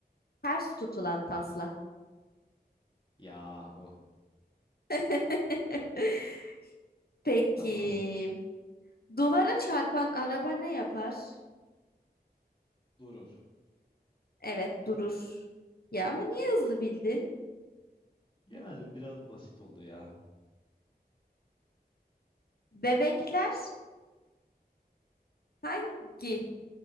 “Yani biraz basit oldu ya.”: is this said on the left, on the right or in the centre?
Left